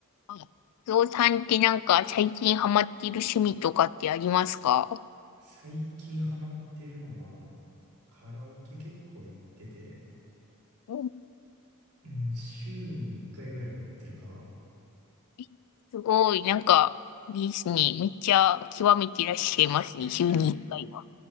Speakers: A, on the left (about 85°); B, on the right (about 85°).
A: あ、ゾさんってなんか最近ハマっている趣味とかってありますか
B: 最近ハマってるのは、カラオケ結構行ってて、
A: うん
B: うん、週に1回ぐらいは行ってるかな。
A: えすごい、なんか、あれですね。めっちゃ極めていらっしゃいますね。
B: <laughs>
A: 週に1回は。